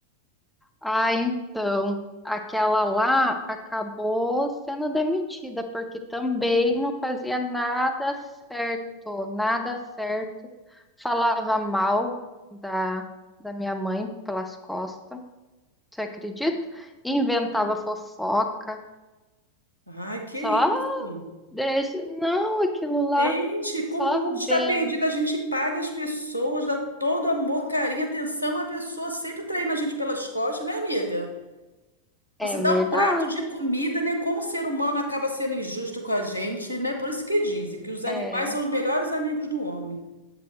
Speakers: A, in the centre; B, on the right.
A: Ah, então, aquela lá acabou sendo demitida, porque também não fazia nada certo, nada certo. Falava mal da, da minha mãe pelas costas, você acredita? Inventava fofoca,
B: Ai, que
A: só
B: isso.
A: deixa. Não, aquilo lá,
B: Gente,
A: só
B: como o mundo está
A: vento.
B: perdido, a gente paga as pessoas, dá todo amor, carinho, atenção, a pessoa sempre traindo a gente pelas costas, né, amiga? Você
A: É
B: dá
A: verdade,
B: um prato de comida, né? Como o ser humano acaba sendo injusto com a gente, né? Por isso que dizem que os animais
A: é.
B: são os melhores amigos do homem.